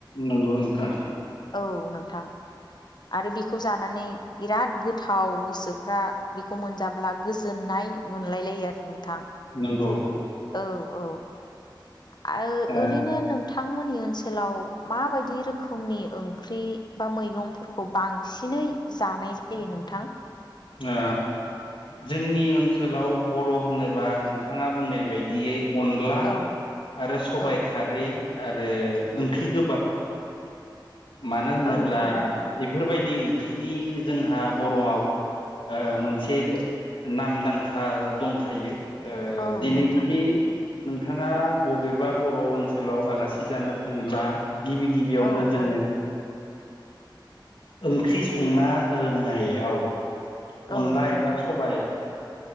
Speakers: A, on the left; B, on the left.
A: नोंगौ नोंथां।
B: औ नोंथां आरो बेखौ जानानै बिराद गोथाव गोसोफ्रा बेखौ मोनजाब्ला गोजोननाय मोनलायलायो आरो नोंथां
A: नंगौ
B: औ औ आओ
A: ओ
B: ओरैनो नोंथां मोननि ओनसोलाव माबायदि रोखोमनि ओंख्रि बा मैगंफोरखौ बांसिनै जानाय जायो नोंथां
A: ओ जोंनि ओनसोलाव बर' होनोबा नोंथाङा बुंनाय बायदियै अनला
B: औ
A: आरो सबाय
B: औ
A: खारै आरो ओंख्रि गोबाब मानो होनोब्ला
B: औ औ नोंथां
A: बेफोरबायदि ओंख्रिनि जोंहा बर'आव मोनसे नामदांखा दंखायो। ओ
B: औ
A: दिनै
B: नोंथां
A: जुदि नोंथांङा बबेबा बर' ओनसोलाव आलासि जानो थांङोब्ला गिबि गिबियावनो
B: औ
A: जोंङो
B: औ
A: ओंख्रि संना होनायाव
B: औ
A: अनला
B: नोंथां
A: एबा सबाय